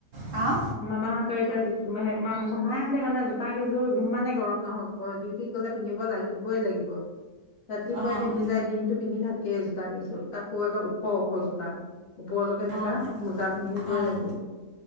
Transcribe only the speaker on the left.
মামাহঁতৰ এতিয়া মামা সি মানে জোতা কেইযোৰ যিমানে গৰম নহওক ডিউটিত গলে পিন্ধিব লাগিবই লাগিব ৰাতিপুৱাই
পিন্ধি যায় দিনটো পিন্ধি থাকে সেই জোতাকেইযোৰত তাকো একদম ওখ ওখ জোতা ওপৰলৈকে থাকা
মোজাত পিন্ধিবই
লাগিব